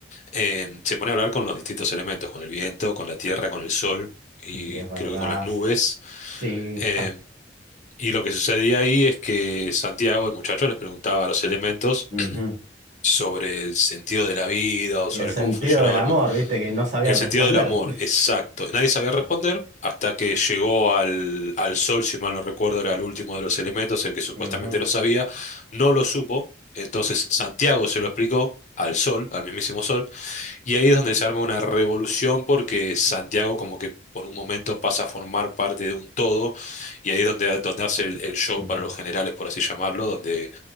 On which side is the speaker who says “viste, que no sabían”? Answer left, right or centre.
Right